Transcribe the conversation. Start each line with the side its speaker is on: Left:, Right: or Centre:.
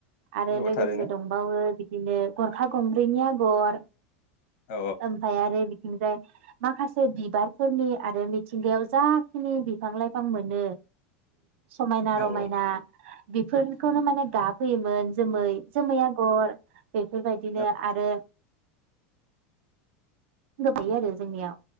Right: आरो
Left: औ
Right: लोगोसे
Left: थारैनो
Right: दंबावो बि बिदिनो गरखा गंब्रैनि आगर
Left: औ
Right: ओमफाय आरो ओमफ्राय माखासे बिबारफोरनि आरो मिथिंगायाव जाखिनि बिफां लाइफां मोनो समायना
Left: औ
Right: रमायना बेफोरखौनो माने गाब होयोमोन जोमै-जोमै आगर बेफोरबायदिनो
Left: औ
Right: आरो गोबायो आरो जोंनिया